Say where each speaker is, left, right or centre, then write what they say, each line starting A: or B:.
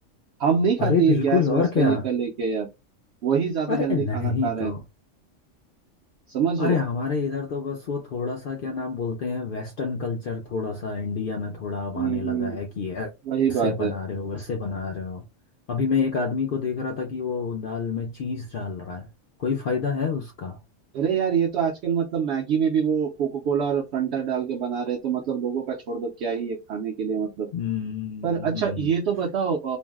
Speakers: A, on the right; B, on the left.
A: हम नहीं खाते
B: अरे बिल्कुल
A: ये गैस
B: और
A: वैस
B: क्या
A: का ये कर लेके यार वही ज्यादा
B: अरे
A: हेल्दी
B: नहीं
A: खाना खा रहे
B: तो
A: हैं समझ रहे
B: अरे
A: हो
B: हमारे इधर तो बस वो थोड़ा सा क्या नाम बोलते हैं वेस्टर्न कल्चर थोड़ा सा इंडिया में थोड़ा अब
A: हम्म
B: आने लगा
A: हम्म
B: है कि ऐसे
A: वही बात है
B: बना रहे हो वैसे बना रहे हो अभी मैं एक आदमी को देख रहा था कि वो दाल में चीज डाल रहा है कोई फायदा है उसका
A: अरे यार ये तो आजकल मतलब मैगी में भी वो कोको कोला और फंटा डाल के बना रहे हैं, तो मतलब लोगों का छोड़ दो क्या ही है खाने के लिए मतलब
B: हम्म
A: पर अच्छा
B: हम्म, हम्म।
A: ये तो बताओ